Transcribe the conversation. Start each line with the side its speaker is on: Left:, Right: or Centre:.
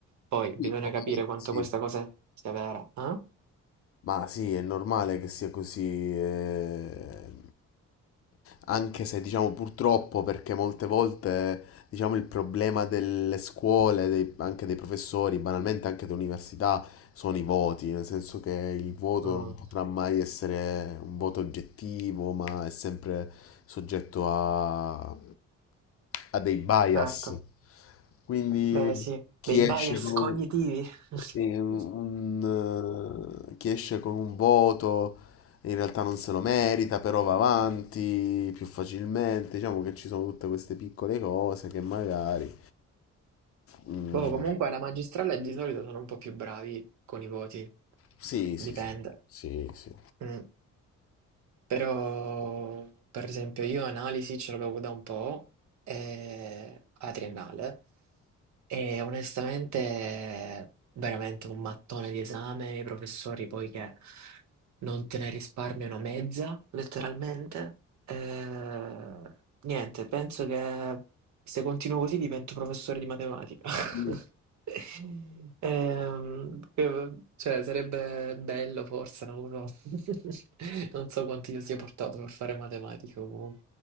Right: Poi bisogna
Left: Sì, ovviamente
Right: capire quanto
Left: sì.
Right: questa cosa sia vera, eh?
Left: Ma sì, è normale che sia così. eh. anche se diciamo purtroppo perché molte volte diciamo il problema delle scuole, dei- anche dei professori, banalmente anche dell'università, sono i voti, nel senso che il voto
Right: Mm,
Left: non potrà mai essere un voto oggettivo, ma è sempre soggetto a, a dei bias.
Right: certo.
Left: Quindi
Right: Beh, sì,
Left: chi
Right: dei
Left: esce
Right: bias
Left: con
Right: cognitivi.
Left: un,
Right: <laughs>
Left: eh, un, eh, chi esce con un voto in realtà non se lo merita, però va avanti più facilmente. Diciamo che ci sono tutte queste piccole cose che magari... mm,
Right: Boh, comunque alla magistrale di solito sono un po' più bravi con i voti,
Left: sì,
Right: dipende.
Left: sì, sì, sì, sì.
Right: Mm. Però, per esempio, io analisi ce l'avevo da un po' eh, alla triennale e onestamente veramente un mattone di esame, i professori poi che non te ne risparmiano mezza, letteralmente. Eh, niente, penso che se continuo così divento professore di matematica. <laughs>
Left: Mm.
Right: Ehm, eh, cioè, sarebbe bello forse, non lo so. <laughs> Non so quanto io sia portato per fare matematica comunque.